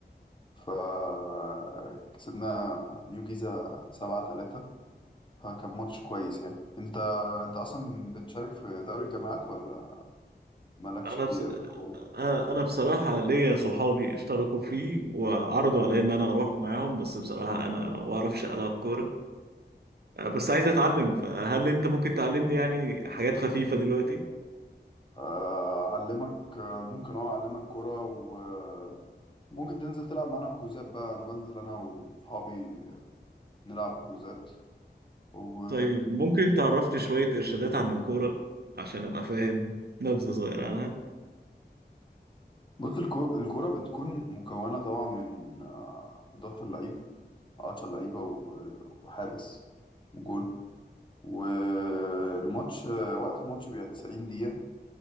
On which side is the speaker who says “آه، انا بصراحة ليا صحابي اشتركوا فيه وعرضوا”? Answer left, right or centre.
Right